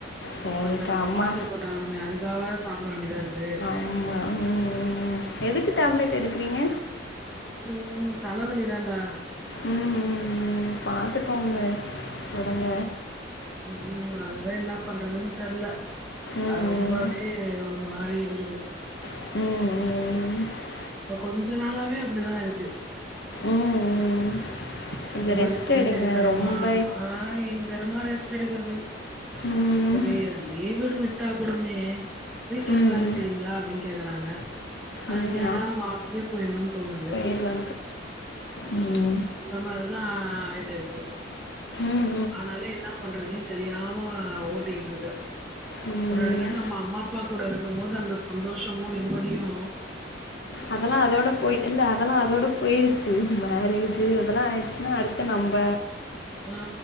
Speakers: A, on the left (about 65°); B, in the centre.
A: சரிக்கா
B: இத பண்றது அப்றோ
A: அம்மா
B: மாத்ர போட்டாவுனமே அதுக்காவா சாப்ட வேண்டியதா இருக்கு
A: ம் ஆ வு எதுக்கு டேப்லெட் எடுக்கிறீங்க
B: ம் தலவலி தான்டா
A: ம் ம் ம் பாத்துக்கோங்க ஒடம்ப
B: க்கு ம் அதுதா என்னா பண்றதுன்னு தெர்ல
A: ம்
B: அ ரொம்பவே அதே ஒரு மாரி இருக்குது
A: ம் ம் ம்
B: இப்ப கொஞ்சோ நாளாவே அப்டிதா இருக்கு
A: ம் ம் கொஞ்சம்
B: ஒரு மாரி
A: ரெஸ்ட்
B: சோம்பேறித்தனமா
A: எடுங்க ரொம்ப
B: ஆ எங்கரமா ரெஸ்ட் எடுக்கறது
A: ம்
B: அப்பவே லீவுனு விட்டா கூடமே வீட்ல இருந்து
A: ம்
B: வேல செய்றீங்ளா அப்டி கேக்கறாங்க அதுக்கு
A: ம்
B: ஏண்டா நம்மோ ஆஃபிஸே போயிண்ணுன் தோணுது
A: <unintelligible> ம்ம்ம்
B: இந்த மாரிதா ஆயிட்டு இருக்கு
A: ம்
B: ஆனாலே இன்னா பண்றதுனே தெரியாம ஓட்டிகிட்ருக்க
A: ம் ம்
B: முன்னாடி யெல்லா நம்ம அம்மா அப்பா கூட இருக்கு போது அந்த சந்தோஷமு நிம்மதியு
A: அதெல்லா அதோட போய்டு இல்ல அதெல்லா அதோடு பேயிருச்சு மேரேஜு அதெல்லா ஆயிடுச்சுனா அடுத்து நம்ப
B: ஆ